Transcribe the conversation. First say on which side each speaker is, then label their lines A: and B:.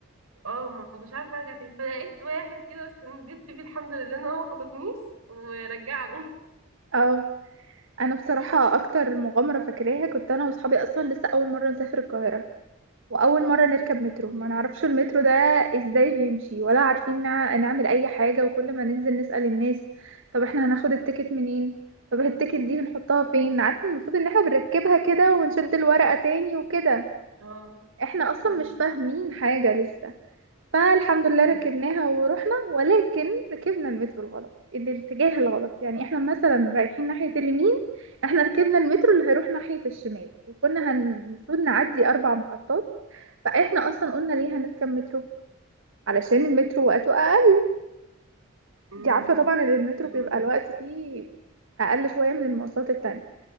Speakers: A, on the right; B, on the right.
A: اه ما كنتش عارفه ارجع تاني فلقيت واحد كده استنجدت فيه الحمد لله ان هو خطفنيش ورجعني
B: اه انا بصراحة اكتر مغامرة فاكراها كنت انا واصحابي اصلا لسه اول مرة نسافر القاهرة واول مره نركب مترو
A: <laughs> مم.
B: ما نعرفش المترو ده ازاي بيمشي ولا عارفين نع- نعمل اي حاجه وكل ما ننزل نسال الناس طب احنا هناخد التيكت منين طب التيكت دي بنحطها فين عارفين المفروض ان احنا بنركبها كده ونشد الورقه تاني وكده
A: اه
B: احنا اصلا
A: مم.
B: مش فاهمين حاجه لسه فالحمد لله
A: مم.
B: ركبناها ورحنا ولكن ركبنا المترو الغلط الاتجاه الغلط يعني احنا مثلا رايحين ناحية اليمين احنا ركبنا المترو اللي هيروح ناحية الشمال وكنا هن- المفروض نعدي أربع محطات فاحنا أصلا قلنا ليه هنركب مترو علشان المترو وقته أقل
A: مم.
B: دي عارفة طبعا ان المترو
A: اه
B: بيبقى الوقت فيه أقل شوية من المواصلات التانية